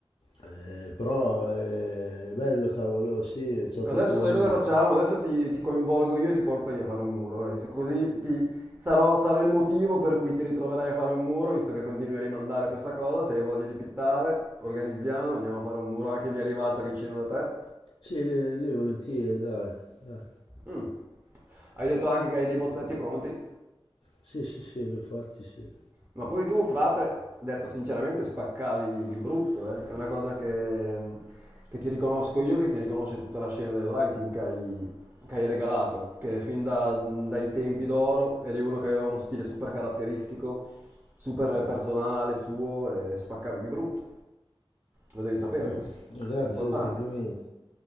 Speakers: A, on the left; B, on the right.
A: eh, però eh, è bello cavolo, sì, c'ho
B: Adesso
A: proprio voglia
B: sai cosa
A: di
B: facciamo?
A: fare.
B: Adesso ti, ti coinvolgo io e ti porto io a fare un muro, vai, visto- così ti- sarò, sarò il motivo per cui ti ritroverai a fare un muro, visto che continui a rimandare questa cosa, se hai voglia di pittare, organizziamo, andiamo a fare un muro anche lì a rivalta vicino da te.
A: Sì, lì, lì volentieri, dai, dai.
B: Mm. Hai detto anche che hai dei bozzetti pronti?
A: Sì, sì, sì, li ho fatti, sì.
B: Ma poi tu, frate, detto sinceramente, spaccavi di brutto, eh. È una cosa che, che ti riconosco io, che ti riconosce tutta la scena del writing che hai, che hai regalato, che fin da- dai tempi d'oro eri uno che aveva uno stile super caratteristico, super personale suo e spaccavi di brutto. Lo devi sapere
A: Mm,
B: questo,
A: Grazie
B: è importante.
A: del complimento.